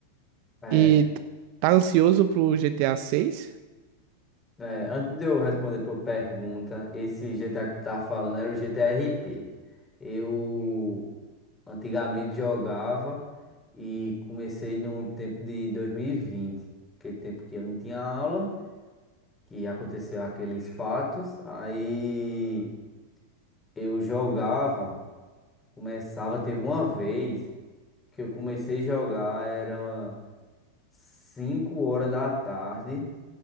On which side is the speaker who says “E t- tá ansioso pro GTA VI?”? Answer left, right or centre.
Right